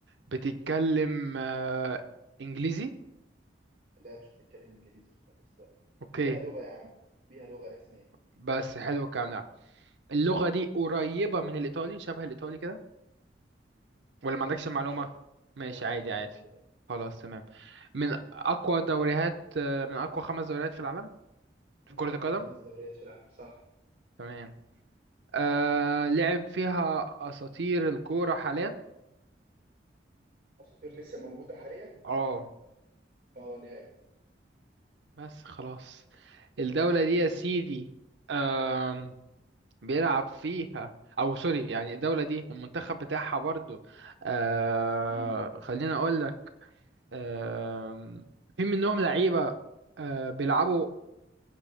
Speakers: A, on the right; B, on the right.
A: بتتكلم آه إنجليزي
B: لا مش بتتكلم انجليزي خالص لا
A: أوكي
B: ليها لغه يا عم ليها لغه رسميه
A: بس حلو الكلام ده اللغة دي قريبة من الإيطالي شبه الإيطالي كده ولا
B: والله
A: ما عندكش
B: ما اعرفش
A: المعلومة
B: أهو.
A: ماشي
B: لا
A: عادي
B: ما عنديش
A: عادي
B: المعلومه دي
A: خلاص تمام من أقوى دوريات آه، من أقوى خمس دوريات في العالم في
B: من
A: كرة
B: اقوى
A: القدم
B: خمس دوريات في العالم صح
A: تمام آه لعب فيها أساطير الكورة حاليا
B: اساطير لسه موجوده حاليا
A: اه
B: اه لعب
A: بس خلاص الدولة دي
B: مم.
A: يا سيدي آم،
B: مم.
A: بيلعب فيها أو سوري يعني الدولة دي المنتخب بتاعها برضو آه
B: مم.
A: خليني أقول لك آم، في منهم لعيبة آه بيلعبوا